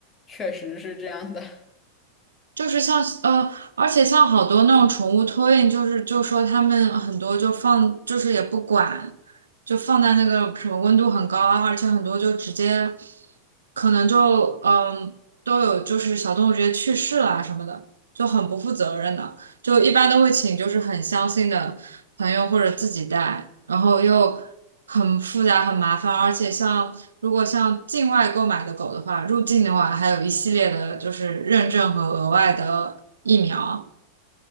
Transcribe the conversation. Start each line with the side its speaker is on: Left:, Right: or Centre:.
Left: 确实是这样的。<laughs>
Right: 就是像呃，而且像好多那种宠物托运，就是就说他们很多就放，就是也不管，就放在那个什么温度很高啊，而且很多就直接可能就嗯、都有就是小动物直接去世了啊什么的，就很不负责任的。就一般都会请就是很相信的朋友或者自己带，然后又很复杂很麻烦，而且像如果像境外购买的狗的话，入境的话还有一系列的就是认证和额外的疫苗。